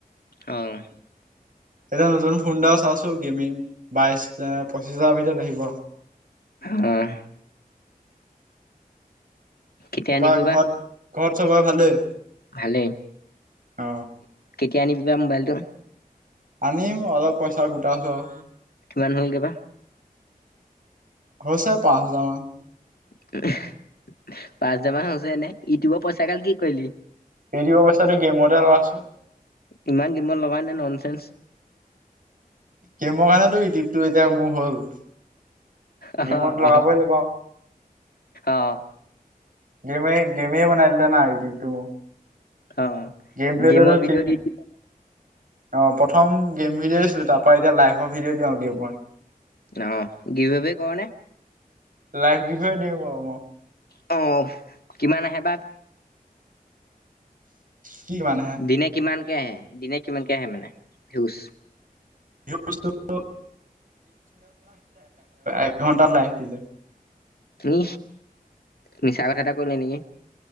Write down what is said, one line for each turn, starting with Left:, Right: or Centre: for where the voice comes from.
Left: অ'।
Right: এতিয়া নতুন ফোন এটা চাইছো গেমিং বাইশ পঁচিশ হাজাৰ ভিতৰত আহিব।
Left: অ'। কেতিয়া
Right: তাৰপা
Left: আনিবি
Right: ঘৰত
Left: বা
Right: ঘৰত চবৰে ভালেই
Left: ভালেই।
Right: অ
Left: কেতিয়া আনিবিবা মোবাইলটো?
Right: আনিম অলপ পইচা গোটাইচো আও।
Left: কিমান হ'লগৈ বা?
Right: হৈছে পাঁচ হাজাৰ মান।
Left: পাঁচ হোজাৰ মান হৈছে এনে ইউটিউবৰ পইচাগাল কি কৰিলি?
Right: ৰেডি' পইচছাটো গেমতে লগাইছো।
Left: ইমান গেমত লগাই নে ননচেন্স।
Right: গেমৰ কাৰণে মোৰ এতিয়া ইউটিউবটো এতিয়া মোৰ হ'ল।
Left: অ',
Right: নিমত লগাবই
Left: অ',
Right: লাগিব।
Left: অ',
Right: গেমে, গেমে বনাইলে না ইউটবটো মোৰ
Left: অ'।
Right: গেম প্লে
Left: গেমৰ ভিডিঅ'
Right: তি
Left: দি দি
Right: অ, প্ৰমেম ভডিঅ' হৈ আছিলো তাৰ পৰা এতিয়া লাইভৰ ভিডিঅ' দি আৰু গেমৰ
Left: অহ, গিবব কনে
Right: লাইফ গিফ্টে দিওঁ বাৰু মই।
Left: অ, কিমান আহে বা।
Right: কি মানেহে
Left: দিনে কিমানকে আহে, দিনে কিমানকে আহে মানে ভউজ?
Right: বসু ম এঘণ্টাত লাইফ দিলে
Left: তুমি মিছা কথা এটা কলে নেকি?